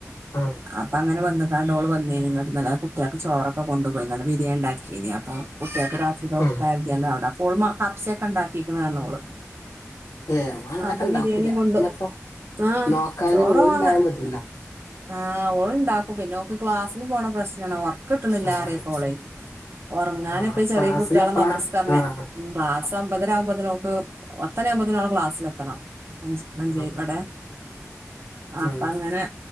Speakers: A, on the left (about 85°); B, on the right (about 45°).
A: അ
B: അപ്പങ്ങന വന്ന്ക്കാണ്ടോള് വന്നീനി നട്‌ ന്നലെ കുട്ട്യേക്ക് ചോറൊക്ക കൊണ്ടുപോയ് ന്നല ബിരിയാൻ ണ്ടാക്കിനി അപ്പൊ കുട്ട്യേക്ക് <unintelligible>
A: ആഹ്
B: അവ്ട അപ്പോൾമ കബ്സൊക്കണ്ടാക്കിക്ക്ന്ന് അർഞ്ഞോള്
A: ഏ ഓള് അങ്ങനൊക്കെ
B: അപ്പ
A: ഇണ്ടാക്കൂല
B: ബിരിയാണിം കൊണ്ട്
A: പിന്നെപ്പോ
B: ആഹ്
A: നോക്കാന്
B: ചോറവാങ്ങ
A: ഓളുണ്ടായ മതിയല്ലോ
B: ആഹ് ഓള്ണ്ടാക്കും പിന്നോക്ക് ക്ലാസ്സിന് പോണ പ്രശ്നണ് ഒർ ക്ക്ട്ട്ണില്ലാറി
A: അതാണ്
B: <unintelligible> ഒർങ്ങാന്പ്പെ
A: ആഹ്
B: ചെറ്യ
A: ക്ലാസ്സിന്
B: കുട്ട്യേള
A: എപ്പളാ
B: മദ്റസ്ക്കർഞെ
A: ആഹ്
B: ഉം ക്ലാസ്സൊ‌മ്പതരാവുമ്പത്തിനോക്ക് പത്തണിആവുമ്പോത്തിനോള ക്ലാസ്സിലെത്തണം അഞ്ച് അഞ്ചേപ്പടെ
A: ആഹ്
B: അപ്പങ്ങനെ
A: ഉം